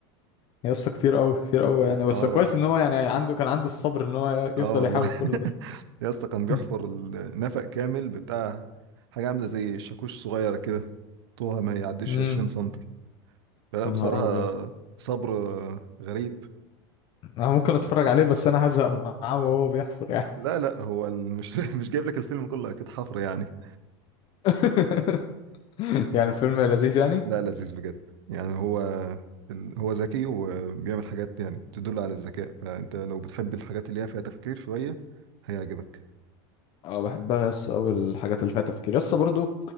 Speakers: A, on the left; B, on the right.
A: يا اسطى كتير قوي كتير قوي يعني بس
B: اه
A: كويس ان هو يعني عنده كان عنده الصبر ان هو
B: اه
A: يفضل
B: والله
A: يحاول كل
B: <laughs>
A: ده
B: يا اسطى كان بيحفر
A: <laughs>
B: النفق كامل بتاع حاجة عاملة زي الشاكوش صغيرة كده طولها ما يعديش
A: امم
B: 20 سنتي فلا
A: يا
B: بصراحة
A: نهار ابيض
B: صبر غريب
A: انا ممكن اتفرج عليه بس انا هزهق معاه وهو بيحفر يعني
B: لا لا هو ال- مش <laughs> مش جايب لك الفيلم كله اكيد حفر يعني
A: <laughs> يعني الفيلم لذيذ يعني
B: لا لذيذ بجد يعني هو ال- هو ذكي وبيعمل حاجات يعني تدل على الذكاء فانت لو بتحب الحاجات اللي هي فيها تفكير شوية هيعجبك
A: اه بحبها يس اوي الحاجات اللي فيها تفكير يس برضو